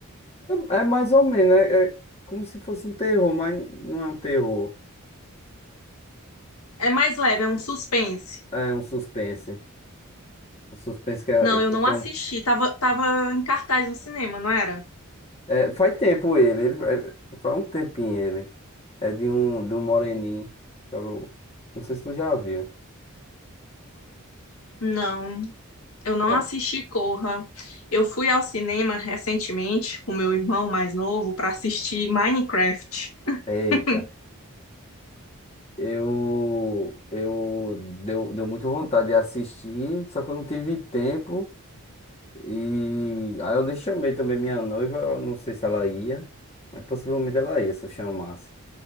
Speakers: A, on the left (about 30°); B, on the left (about 70°).
A: É, é mais ou menos, é, é como se fosse um terror, mas não é um terror.
B: É mais leve, é um suspense.
A: É, é um suspense. Um suspense que, é,
B: Não,
A: é que
B: eu não
A: tem
B: assisti.
A: um.
B: Tava, tava em cartaz no cinema, não era?
A: é, faz tempo ele, ele é, faz um tempinho ele. É de um, de um moreninho. sabe? Eu- Não sei se tu já viu.
B: Não, eu não
A: Pronto.
B: assisti Corra. Eu fui ao cinema recentemente com meu irmão mais novo para assistir Minecraft. <laughs>
A: Eita. Eu, eu deu, deu muito vontade de assistir, só que eu não tive tempo. E aí eu nem chamei também minha noiva, eu não sei se ela ia, mas possivelmente ela ia se eu chamasse.